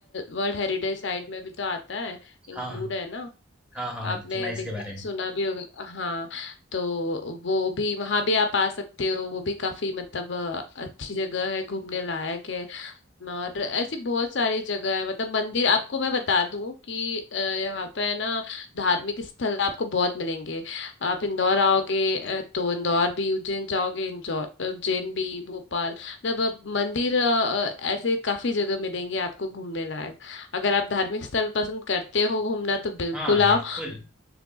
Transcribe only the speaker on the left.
वर्ल्ड हेरिटेज साइट में भी तो आता है इंक्लूड
है ना
आपने
देखा
सुना भी होगा हाँ तो वो भी वहाँ भी आप आ सकते हो वो भी काफी मतलब अ, अच्छी जगह है घूमने लायक है और ऐसी बहुत सारी जगह है मतलब मंदिर आपको मैं बता दूं कि अ, यहाँ पे है ना धार्मिक स्थल आपको बहुत मिलेंगे आप इंदौर आओगे अ, तो इंदौर भी उज्जैन जाओगे इंदौर उज्जैन भी भोपाल मतलब अब मंदिर अ, ऐसे काफी जगह मिलेंगे आपको घूमने लायक अगर आप धार्मिक स्थल पसंद करते हो घूमना तो बिल्कुल
आओ